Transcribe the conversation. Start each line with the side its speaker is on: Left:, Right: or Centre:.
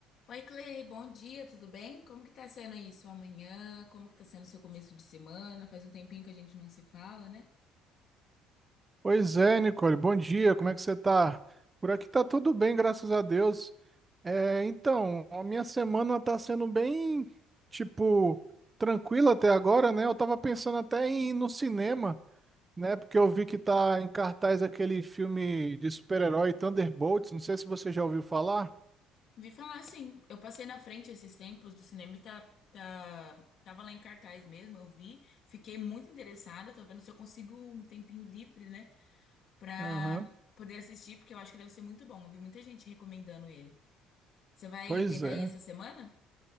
Left: Oi, Clay, bom dia, tudo bem? Como que tá sendo aí sua manhã? Como que tá sendo seu começo de semana? Faz um tempinho que a gente não se fala, né?
Right: Pois é, Nicole, bom dia, como é que você tá? Por aqui tá tudo bem, graças a Deus. É, então, a minha semana tá sendo bem, tipo, tranquila até agora, né? Eu tava pensando até em ir no cinema, né? Porque eu vi que tá em cartaz aquele filme de super-herói Thunderbolts, não sei se você já ouviu falar.
Left: Vi falar sim, eu passei na frente esses tempos do cinema e tá, tá, tava lá em cartaz mesmo, eu vi, fiquei muito interessada, tô vendo se eu consigo um tempinho livre, né, pra
Right: Aham.
Left: poder assistir, porque eu acho que deve ser muito bom. Eu vi muita gente recomendando ele. Você vai
Right: Pois
Left: tentar
Right: é.
Left: ir essa semana?